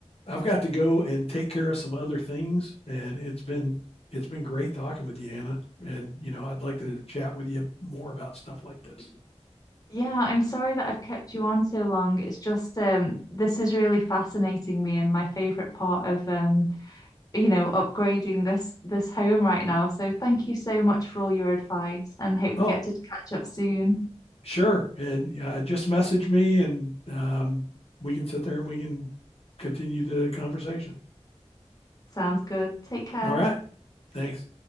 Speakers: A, on the left; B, on the left.
A: I've got to go and take care of some other things and it's been it's been great talking with you, Anna. And you know, I'd like to chat with you more about stuff like this.
B: Yeah, I'm sorry that I've kept you on so long. It's just um this is really fascinating me and my favorite part of um you know, upgrading this this home right now. So thank you so much for all your advice and hope
A: Oh,
B: we get to catch up soon.
A: sure. And uh, just message me and um we can sit there and we can continue the conversation.
B: Sounds good. Take care.
A: All right. Thanks.